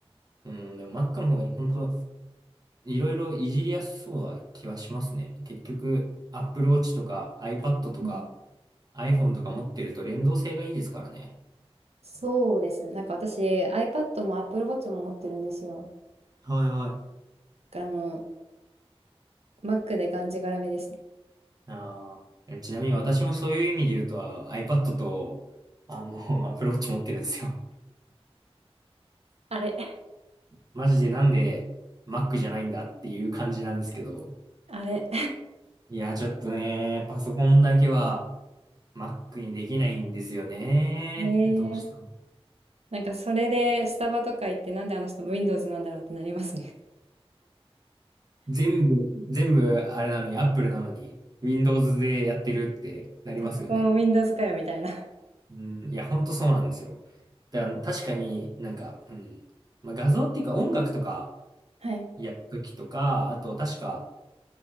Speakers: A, on the right; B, on the right.
A: うん、でも Mac の方がい本当いろいろいじりやすそうな気はしますね。結局、Apple Watch とか iPad とか
B: うん
A: iPhone とか持ってると連動性がいいですからね。
B: そうですね。なんか私 iPad も Apple Watch も持ってるんですよ。
A: はいはい。
B: だからもう Mac でがんじがらめですね。
A: ああ、ちなみに私もそういう意味で言うと iPad と、あの、<laughs> Apple Watch 持ってるんですよ。
B: あれ。
A: マジでなんで Mac じゃないんだっていう感じなんですけど。
B: あれ。
A: いや、ちょっとね、パソコンだけは Mac にできないんですよね。
B: ねえ。
A: どうしたの
B: なんかそれでスタバとか行ってなんであの人 Windows なんだろうってなりますね。
A: 全部、全部あれなのに、Apple なのに、Windows でやってるってなりますよね。
B: <laughs> パソコン Windows かよみたいな。
A: うん、いや、ほんとそうなんですよ。だから確かになんか、うん、まあ、画像っていうか音楽とか
B: はい。
A: やるときとか、あと確か、